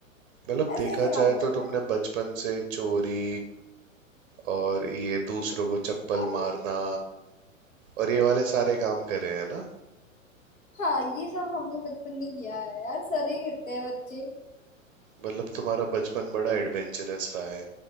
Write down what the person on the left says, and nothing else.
ऐसे
ऐसे काम
कर
रहे
हैं
<laughs> अरे
हाँ ये सब हमने बचपन में किया है यार सारे ही करते हैं बच्चे